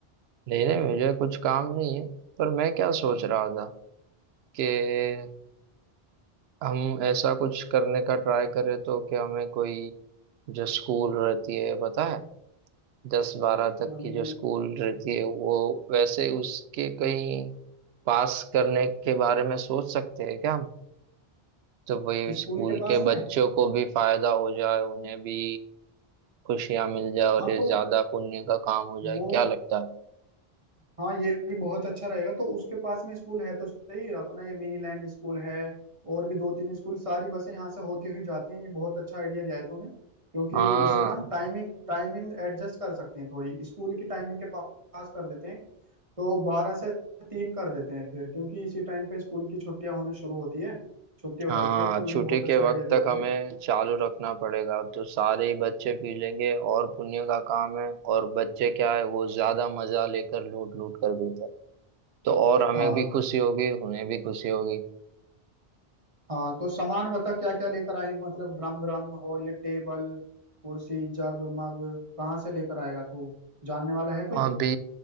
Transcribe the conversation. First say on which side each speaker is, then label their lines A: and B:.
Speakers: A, on the right; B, on the right.
A: नहीं नहीं मुझे कुछ काम नहीं है पर मैं क्या सोच रहा था कि हम ऐसा कुछ करने का ट्राई करें तो कि हमें कोई जो स्कूल रहती है पता है दस बारह तक
B: अम,
A: की जो स्कूल रहती है वो वैसे उसके कहीं पास करने के बारे में सोच सकते हैं क्या हम तो भाई
B: स्कूल
A: स्कूल
B: के पास
A: के
B: में
A: बच्चों को भी फायदा हो जाए उन्हें भी खुशियां मिल जाए
B: हाँ
A: और ये
B: तो
A: ज्यादा पुण्य का काम हो
B: वो
A: जाए क्या लगता है
B: हाँ ये भी बहुत अच्छा रहेगा तो उसके पास में स्कूल है तो सही अपना ये मिनी लैंड स्कूल है और भी दो तीन स्कूल सारी बसें यहाँ से होती हुई जाती हैं ये बहुत अच्छा आइडिया दिया है तूने क्योंकि
A: हाँ
B: इससे ना हम टाइमिंग टाइमिंग एडजस्ट कर सकते हैं थोड़ी स्कूल की टाइमिंग के पा- पास कर देते हैं तो बारह से तीन कर देते हैं फिर क्योंकि इसी टाइम पे स्कूल की छुट्टियां होने शुरू होती है छुट्टी हो
A: हाँ
B: जाती है तो
A: छुट्टी
B: ये बहुत
A: के
B: अच्छा आइडिया
A: वक्त
B: दिया
A: तक
B: तूने
A: हमें चालू रखना पड़ेगा तो सारे ही बच्चे पी लेंगे और पुण्य का काम है और बच्चे क्या है वो ज्यादा मजा लेकर लूट लूट कर पीते हैं तो और हमें
B: हाँ
A: भी खुशी होगी उन्हें भी खुशी होगी
B: हाँ तो सामान बता क्या क्या लेकर आएंगे मतलब ड्रम व्रम और ये टेबल कुर्सी जग मग कहाँ से लेकर आएगा तू जानने वाला है कोई
A: अभी